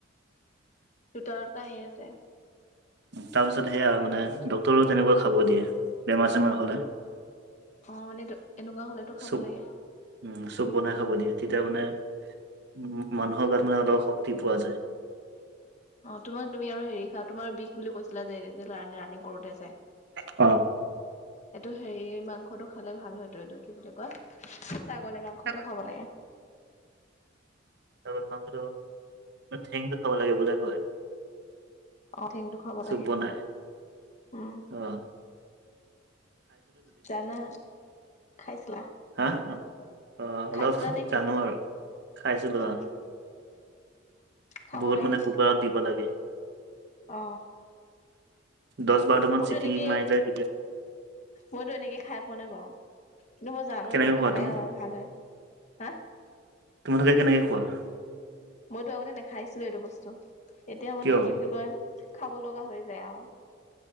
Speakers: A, on the left (about 35°); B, on the right (about 60°).
A: দুটা দুটা আহি আছে।
B: তাৰ পিছত সেয়া মানে ডক্টৰো তেনেকা খাব দিয়ে বেমাৰ চেমাৰ হলে।
A: অ মানে টৌ এনেকুৱা হলেতো খাব
B: চুপ
A: লাগে।
B: উম চুপ বনাই খাব দিয়ে, তেতিয়া মানে উম মানুহৰ গাট মানে অলপ শক্তি পোৱা যায়।
A: অ তোমাক তুমি আৰু হেৰি খা তোমাৰ বিষ বুলি কৈছিলা যে এদিন ৰানিং কৰোতে যে -
B: অ।
A: এইটো হেৰি মাংসটো খালে ভাল হয়। এইটো এইটো কি বুলি কয় ছাগলী মাংসটো
B: ছাগলী
A: খাব লাগে।
B: ছাগলী মাংসটো মানে ঠেংটো খাব লাগে বুলি কয়।
A: অ ঠেংটো খাব
B: চুপ
A: লাগে
B: বনাই,
A: উম
B: আহ।
A: জানা, খাইছিলা?
B: হা অ অলপ
A: খাইছিলা নেকি?
B: জানো আৰু খাইছিলো
A: উম
B: আহ।
A: খাব
B: বহুত
A: লাগে
B: মানে কুকাৰত দিব লাগে।
A: অ
B: দহ বাৰটামান
A: মইতো
B: চিটি
A: এনেকে
B: মাৰিলে তেতিয়া -
A: মইতো এনেকে খাই পোৱা নাই বাৰু কিন্তু মই জানো
B: কেনেকে
A: এইটো
B: খোৱা
A: খালে
B: তুমি
A: আৰু ভাল হয়। হা।
B: তোমালোকে কেনেকে খোৱা?
A: মইতো আগতে নেখাইছিলো এইটো বস্তু, এতিয়া মানে
B: কিয়
A: কি বুলি কয় - খাব লগা হৈ যায় আও,